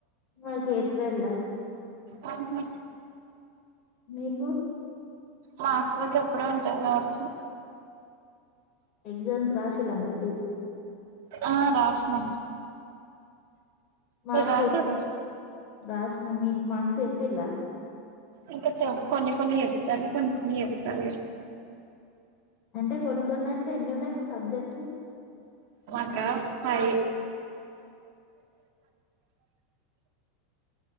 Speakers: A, on the left; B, on the right.
A: మాకే ఏప్రిల్ లా
B: ఆఓహా
A: మీకు
B: మార్క్స్ వరకు ఎప్పుడే ఉంటాయి కావచు
A: ఎగ్జామ్స్ రాశిల్ల మిడ్
B: ఆ రాసిన్నాం
A: మార్క్స్
B: రాసిర్రా
A: చెప్పు రాసిన మిక్ మార్క్స్ చెప్పిలా
B: ఇంకా చ కొన్ని కొన్ని చెప్తారు కొన్ని కొన్ని చెప్తలేరు
A: అంటే కొన్ని కొన్ని అంటే ఎన్ని ఉన్నాయి మీకు సబ్జెక్ట్లు
B: మాక ఫైవ్